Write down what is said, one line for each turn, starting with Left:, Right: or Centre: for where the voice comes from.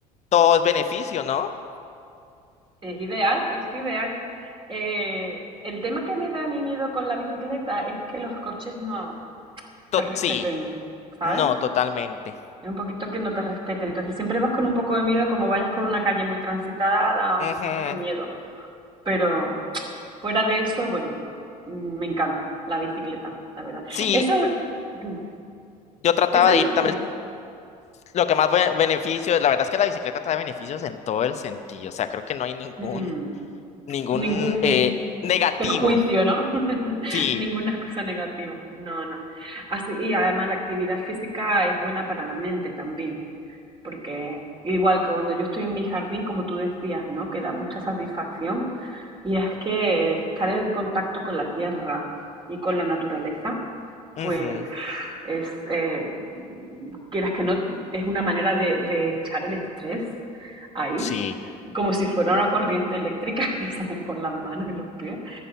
Left: todo es beneficio, ¿no?
Right: Es ideal, es ideal. Eh, el tema que me da a mí miedo con la bicicleta es que los coches no
Left: To-
Right: te respeten,
Left: sí,
Right: ¿sabes?
Left: no, totalmente.
Right: Es un poquito que no te respeten. Entonces siempre vas con un poco de miedo, como vayas por una calle muy transitada, da
Left: Ujú.
Right: un poquito de miedo. Pero Fuera de eso, bueno, mm, me encanta la bicicleta, la verdad.
Left: Sí,
Right: Eso es, <clears throat> mm,
Left: yo trataba
Right: eso es
Left: de
Right: lo
Left: ir también,
Right: que más.
Left: lo que más be- beneficio, la verdad es que la bicicleta trae beneficios en todo el sentido, o sea, creo que no hay ningún,
Right: mm,
Left: ningún
Right: ningún
Left: eh, negativo,
Right: perjuicio, ¿no? <laughs>
Left: sí.
Right: Ninguna cosa negativa. No, no. Así, y además la actividad física es buena para la mente también, porque igual que cuando yo estoy en mi jardín, como tú decías, ¿no? Que da mucha satisfacción y es que estar en contacto con la tierra y con la naturaleza,
Left: ujú.
Right: pues es, eh, quieras que no, es una manera de, de echar el estrés ahí,
Left: Sí,
Right: como si fuera una corriente eléctrica <laughs> que te sale por las manos y los pies.